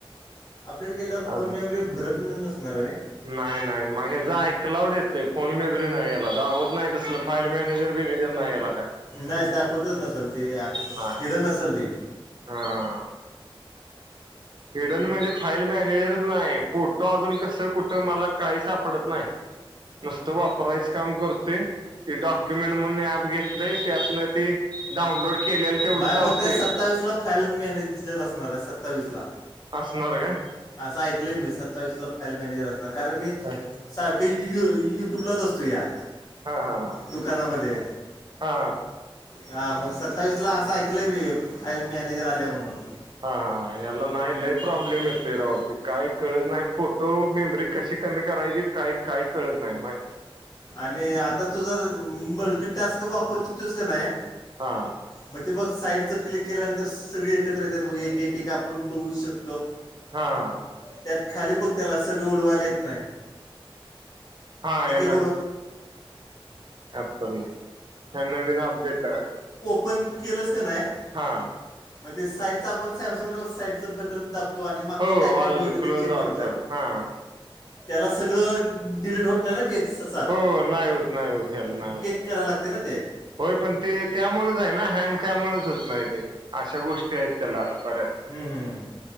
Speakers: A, on the left (about 40°); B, on the right (about 55°).
A: अपडेट केल्यावर फोन
B: अजून
A: मेमरी भरतनंद नसणार येरे.
B: नाही नाही मग ह्या ज ऐकलावड येत फोन मी बरीे नाही याला दावत नाही तसल फाईल मॅनेजर बीनेजर नाही याला काय.
A: नाही दाखवतच नसल ते हिड
B: नाही
A: नसल ते
B: हा. हेडन म्हणजे फाईल मॅनेजरच नाही फोटो अजून कसं कुठं मला काही सापडत नाही. नुसतं वापरायचं काम करते ते डॉक्युमेंट म्हणून ऍप घेतलंय त्यातन ते डाऊनलोड केलेलं तेवढं
A: माझ्या
B: दावतये.
A: मते सत्तावीसला फाईल मॅनेजर असणार आहे सत्तावीसला.
B: असणार का?
A: असं ऐकलं मी सत्तावीसला फाईल मॅनेजर असणार कारण मी,
B: हा,
A: सारखं यु युट्यूबलाच असतो या,
B: हा हा
A: दुकानामध्ये
B: हा
A: हा मग सत्तावीस, ला असं ऐकलंय मी मॅनेजर आल्या म्हणून
B: हा हा याला नाही लय प्रॉब्लेम येते राहते काय कळत नाही फोटो मेमरी कशी कमी करायची काही काही कळत नाही माहि
A: आणि आता तू जर मल्टीटास्क वापरतो तस का नाही
B: हा
A: मग ते बघ साईडच क्लिक केल्यानंतर सगळे एकत्र येतात बघ एक एक एक आपण बघू शकतो
B: हा
A: त्यात खाली बघ त्याला सगळं उडवायला येत नाही
B: हा ए,
A: ब
B: ऍपल ह्या नवीन अपडेटला काय
A: पण केलंस का नाही
B: हा
A: मणज ते साईडच आपण सॅमसंग रो साईडचं बटन ताप तो आणि मागचं
B: हो
A: काय
B: ऑल
A: काय बैलं
B: क्लोज
A: ते चेक करतो
B: ऑल टॅब हा
A: त्याला सगळं डिलीट होत नाही ना ते सात
B: हो नाही होत नाही होत हे नाही होत
A: कराय लागते ना ते
B: होय पण ते त्यामुळेच आहे ना हँग त्यामुळेच होत नाही ते अशा गोष्टी आहेत त्याला बऱ्याच
A: हम्म हम्